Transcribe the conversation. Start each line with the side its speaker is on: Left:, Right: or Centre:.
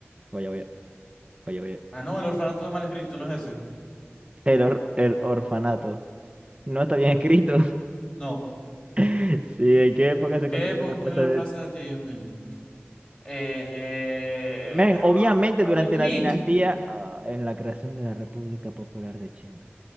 Right: Goya, Goya, Goya, Goya.
Left: Ah, no, el orfanato está mal escrito, no es ese.
Right: El, or- el orfanato. No está bien escrito.
Left: No.
Right: <laughs> Sí, ¿en qué época se
Left: ¿Qué
Right: construyó
Left: época
Right: la
Left: ocurrió
Right: plaza
Left: la
Right: de...
Left: plaza de Tiananmen? Eh...
Right: Men, obviamente
Left: ah,
Right: durante
Left: Ming.
Right: la
Left: Mink.
Right: dinastía, ah, en la creación de la República Popular de China.